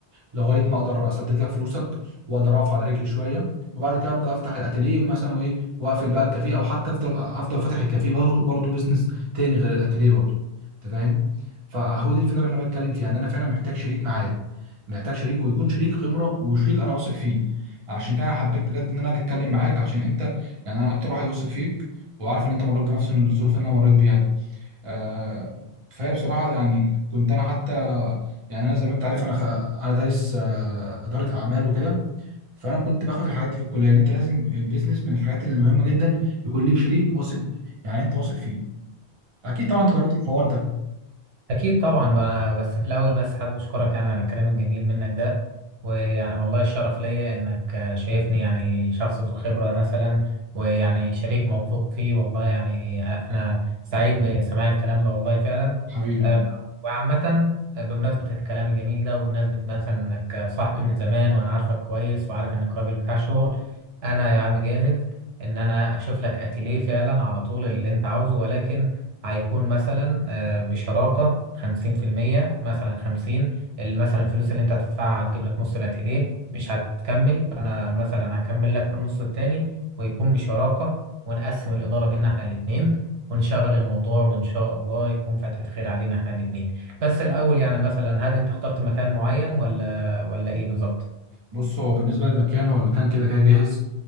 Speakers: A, on the right; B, on the right.
A: لغايه ما اقدر اسدد لك فلوسك واقدر اقف على رجلي شويه وبعد كده ابدا افتح الاتيليه مثلا وايه واقفل بقى الكافيه او حتى افضل افضل فاتح الكافيه برضه برضه بزنس تاني غير الاتيليه برضه انت فاهم فهو دي الفكره اللي انا بتكلم فيها ان انا فعلا محتاج شريك معايا محتاج شريك ويكون شريك خبره وشريك انا واثق فيه عشان كده انا حبيت بجد ان انا اجي اتكلم معاك عشان انت يعني انا اكتر واحد واثق فيك وعارف ان انت مريت بنفس الظروف اللي انا مريت بيها دي آه، فهي بصراحة يعني كنت أنا حتى يعني أنا زي ما أنت عارف أنا خ... أنا دارس آه، إدارة أعمال وكده فأنا كنت باخد الحاجات دي في الكلية يعني أنت لازم البيزنس من الحاجات المهمة جدا يكون ليك شريك واثق يعني أنت واثق فيه أكيد طبعا أنت جربت الحوار ده
B: أكيد طبعا ب- بس في الأول بس حابب أشكرك يعني على الكلام الجميل منك ده ويعني والله الشرف ليا إنك شايفني يعني شخص ذو خبرة مثلا ويعني شريك موثوق فيه والله يعني أنا سعيد بسماع الكلام ده والله فعلا
A: حبيبي
B: آه، وعامة بمناسبة الكلام الجميل ده وبمناسبة مثلا إنك صاحبي من زمان وأنا عارفك كويس وعارف إنك راجل بتاع شغل أنا يا عم جاهز إن أنا أشوف لك أتيليه فعلا على طول اللي أنت عاوزه ولكن هيكون مثلا آه، بشراكة خمسين في المية مثلا خمسين ال- مثلا الفلوس اللي انت هتدفعها هتجيب لك نص الاتيليه مش هتكمل فانا مثلا هكمل لك النص التاني ويكون بشراكة ونقسم الإدارة بينا احنا الاتنين ونشغل الموضوع وإن شاء الله يكون فتحة خير علينا احنا الاتنين بس الأول يعني مثلا هل أنت اخترت مكان معين ولا ولا إيه بالظبط؟
A: بص هو بالنسبة للمكان هو المكان كده كده جاهز